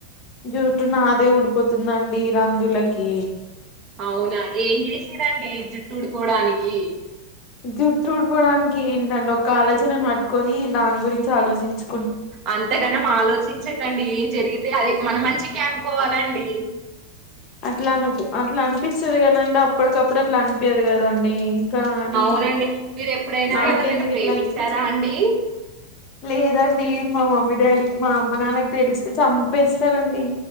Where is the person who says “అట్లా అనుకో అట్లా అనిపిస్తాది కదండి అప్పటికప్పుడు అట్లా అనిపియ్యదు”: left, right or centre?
Left